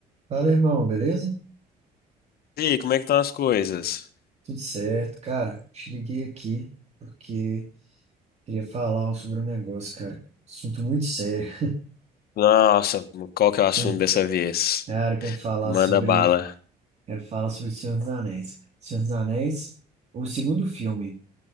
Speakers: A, on the right (about 40°); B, on the left (about 65°).
A: Fala, irmão, beleza?
B: E aí, como é que estão as coisas?
A: Tudo certo, cara. Te liguei aqui porque queria falar sobre um negócio, cara. Assunto muito sério.
B: Nossa, qual que é o assunto
A: <laughs>
B: dessa vez?
A: Cara, quero falar
B: Manda
A: sobre
B: bala.
A: o, quero falar sobre o Senhor dos Anéis. Senhor dos Anéis, o segundo filme,